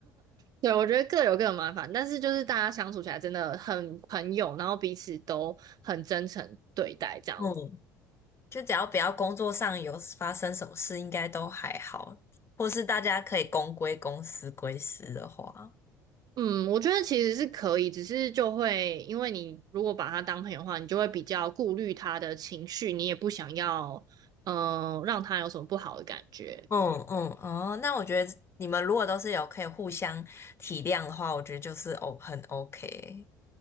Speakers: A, on the right; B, on the left.
A: 对，我觉得各有各的麻烦，但是就是大家相处起来真的很朋友，然后彼此都很真诚对待这样子。
B: 嗯就只要不要工作上有发生什么事，应该都还好。或是大家可以公归公，私归私的话，
A: 嗯，我觉得其实是可以，只是就会因为你如果把他当朋友的话，你就会比较顾虑他的情绪，你也不想要嗯、呃让他有什么不好的感觉。
B: 嗯嗯哦，那我觉得你们如果都是有可以互相体谅的话，我觉得就是哦很 OK。